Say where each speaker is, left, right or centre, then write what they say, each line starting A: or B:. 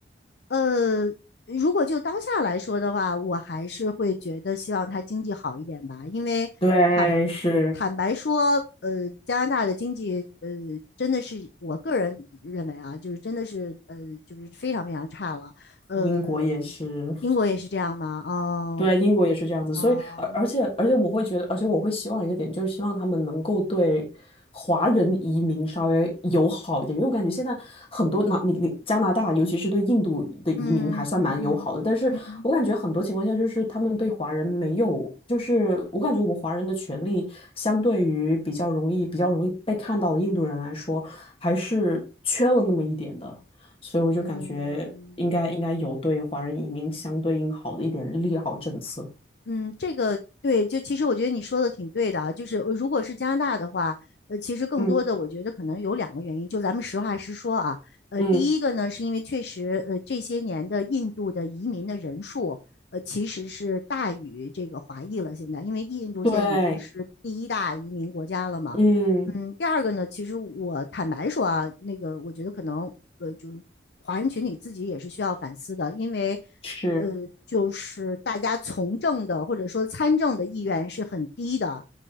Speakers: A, on the left; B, on the left.
A: 呃，如果就当下来说的话，我还是会觉得希望它经济好一点吧，因为坦
B: 对，是。
A: 坦白说，呃，加拿大的经济，呃，真的是我个人认为啊，就是真的是，呃，就是非常非常差了。呃，
B: 英国也是。
A: 英国也是这样吗？哦，
B: 对，英国也是这样子，
A: 啊，
B: 所以而而且而且我会觉得，而且我会希望一个点，就是希望他们能够对华人移民稍微友好一点，因为我感觉现在很多那、你你加拿大，
A: 嗯
B: 尤其是对印度的移民还算蛮友好的，
A: 嗯嗯嗯嗯嗯。
B: 但是我感觉很多情况下就是他们对华人没有，就是我感觉我们华人的权利相对于比较容易比较容易被看到的印度人来说，还是缺了那么一点的。所以我就感觉应该应该有对华人移民相对应好的一点利好政策。
A: 嗯嗯，这个对，就其实我觉得你说的挺对的啊，就是呃如果是加拿大的话，呃，其实更多的我觉得可能有两个原因，
B: 嗯
A: 就咱们实话实说啊，呃，
B: 嗯，
A: 第一个呢是因为确实，呃，这些年的印度的移民的人数，呃，其实是大于这个华裔了，现在，因为印度现在已经是第一大移民国家了嘛，
B: 对，嗯，
A: 嗯，第二个呢，其实我坦白说啊，那个我觉得可能，呃，就是华人群体自己也是需要反思的，因为。
B: 是
A: 呃，就是大家从政的或者说参政的意愿是很低的。